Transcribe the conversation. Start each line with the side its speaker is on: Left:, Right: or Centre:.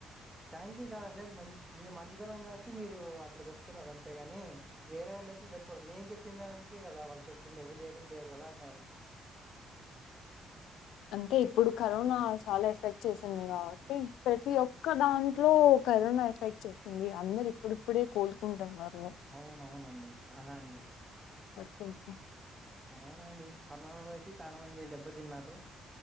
Right: థ్యాంక్యూ కాదండి అది మం మీ మంచితనం కాబట్టి మీరు అట్లా చెప్తున్నారు. అంతేగాని వేరే వాళ్ళయితే చెప్పరు నేను చెప్పిన దానికే కదా వాళ్ళు చెప్పిండేది లేకుం లేదు కదా అంటారు
Left: అంటే ఇప్పుడు కరోనా చాలా ఎఫెక్ట్ చేసింది కాబట్టి, ప్రతి ఒక్క దాంట్లో కరోనా ఎఫెక్ట్ చేసింది అందరు ఇప్పుడిప్పుడే కోలుకుంటున్నారు.
Right: అవునవునండి చనా అండి
Left: తుంకే
Right: అవునండి కర్నానాలో అయితే చాలా మంది దెబ్బతిన్నారు.